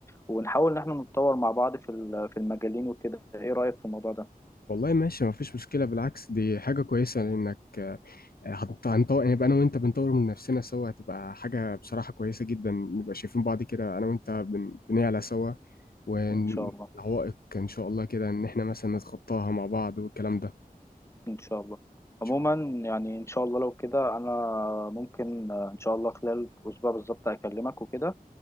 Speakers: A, on the left (about 15°); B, on the left (about 75°).
A: ونحاول ان احنا نتطور مع بعض في ال- في المجالين وكده ايه رأيك في الموضوع ده
B: والله ماشي مفيش مشكلة بالعكس دي حاجة كويسة لأنك آه، هنط- هنطور يعني يبقى أنا وأنت بنطور من نفسنا سوا هتبقى حاجة بصراحة كويسة جدا نبقى شايفين بعض كده أنا وأنت بن- بنعلى سوا والعوائق
A: ان شاء الله
B: إن شاء الله كده إن إحنا مثلا نتخطاها مع بعض والكلام ده إن
A: ان شاء الله
B: شاء
A: عموما
B: الله
A: يعني ان شاء الله لو كده انا ممكن آه، ان شاء الله خلال اسبوع بالظبط اكلمك وكده